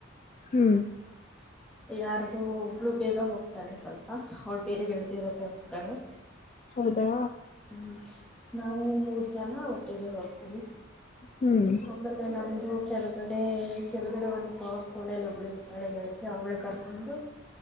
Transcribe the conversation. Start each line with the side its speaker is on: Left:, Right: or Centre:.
Left: ಹ್ಮ್
Centre: ಯಾರ್ದು ಒಬ್ಳು ಬೇಗ ಹೋಗ್ತಾರೆ ತಳೆ ಸ್ವಲ್ಪ ಅವಳು ಬೇರೆ ಗೆಳತಿಿರುತ್ತೆ ಅಂತತಾಳೆ
Left: ಹೌದಾ
Centre: ಹ್ಮ್ ನಾವು ಮೂರ್ ಜನ ಒಟ್ಟಿಗೆ ಹೋಗ್ತೀವಿ
Left: ಹ್ಮ್
Centre: ಆಮೇಲೆ ನಮ್ದು ಕೆಲ ಗಡೆ ಕೆಲಗಡೆ ಒಂದು ಕೋಣೆಯಲ್ಲಿ ಒಬ್ಬಳು ಇಳಗೆ ಹೇಳ್ತಿ ಅವ್ಳ ಕರ್ಕೊಂಡು